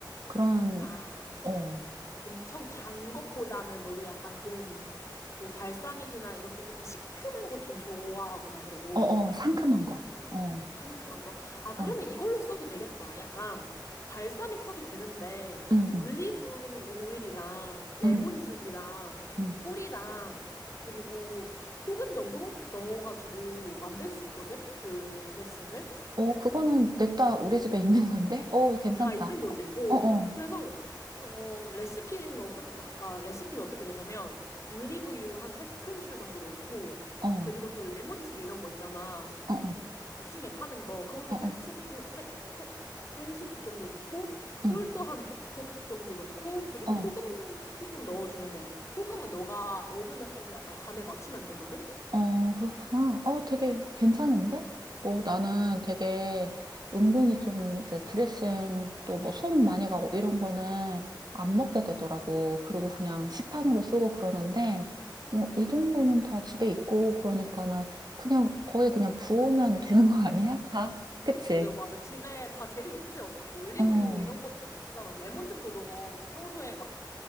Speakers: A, on the right; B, on the left.
A: 그런,
B: 아,
A: 어,
B: 엄청 단 것보다는 너도 약간 좀 그 발사믹이나 이렇게 조금 시큼한 것 좀 좋아하구나, 그래도.
A: 어, 어, 상큼한 거. 어,
B: 상큼한 거. 아, 그러면
A: 어,
B: 이걸로 써도 되겠다. 약간 발사믹 써도 되는데
A: 응,
B: 올리브
A: 응,
B: 오일이랑 레몬즙이랑
A: 응, 응.
B: 꿀이랑 그리고 소금 정도 넣어가지고 만들 수 있거든. 그 드레싱을
A: 어, 그거는 냅다 우리 집에 있는 건데? 어, 괜찮다.
B: 다 있는 거지. 어.
A: 어, 어,
B: 그래서 어 레시피는 어떻게 그러니까 그러니까 레시피는 어떻게 되냐면 올리브유 한 세큰술 정도 넣고
A: 어, 어,
B: 그리고 또 레몬즙 이런 거 있잖아.
A: 어,
B: 시중에 파는 거 그것도
A: 어,
B: 세
A: 어,
B: 스쿱 세, 세, 세 스쿱 정도 넣고
A: 응,
B: 꿀도 한 두 컵 정도 넣고 그리고
A: 어.
B: 소금 조금 넣어주면 돼. 소금은 너가 먹으면서 약간 간을 맞추면 되거든.
A: 어, 그렇구나. 어, 되게 괜찮은데? 뭐 나는 되게 은근히 좀 이제 드레싱 또 뭐 손 많이 가고 이런 거는 안 먹게 되더라고. 그리고 그냥 시판으로 쓰고 그러는데, 뭐 이 정도는 다 집에 있고 그러니까는 그냥 거의 그냥 부으면 되는 거 아니야? 다? 그치?
B: 맞아, 맞아. 집에 다 재료 있지. 어차피 올리브유
A: 어, 어,
B: 이런 건 다 있잖아. 레몬즙도 너 평소에 막